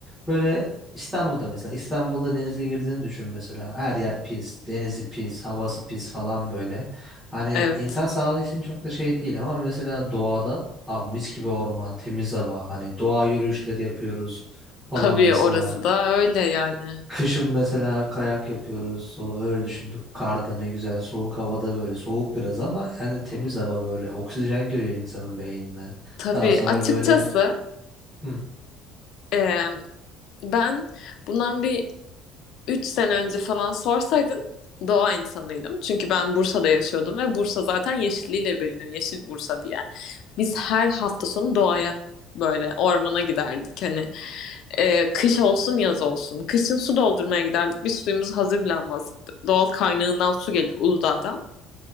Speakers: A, in the centre; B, on the left.
A: böyle İstanbul'da mesela İstanbul'da denize girdiğini düşün mesela. Her yer pis, denizi pis, havası pis falan böyle. Hani
B: evet.
A: insan sağlığı için çok da şey değil ama mesela doğada abi mis gibi orman, temiz hava, hani doğa yürüyüşleri yapıyoruz falan
B: Tabii
A: mesela.
B: orası da öyle yani.
A: Kışın mesela kayak yapıyoruz. So- Öyle düşün. Karda ne güzel. Soğuk havada böyle. Soğuk biraz ama yani temiz hava böyle. Oksijen giriyor insanın beynine.
B: Tabii
A: Daha sonra
B: açıkçası
A: böyle hı,
B: e, ben bundan bir 3 sene önce falan sorsaydın doğa insanıydım. Çünkü ben Bursa'da yaşıyordum ve Bursa zaten yeşilliğiyle bilinir. Yeşil Bursa diye. Biz her hafta sonu doğaya böyle ormana giderdik. Hani e, kış olsun yaz olsun. Kışın su doldurmaya giderdik. Biz suyumuz hazır bile almazdık. Doğal kaynağından su gelir Uludağ'dan.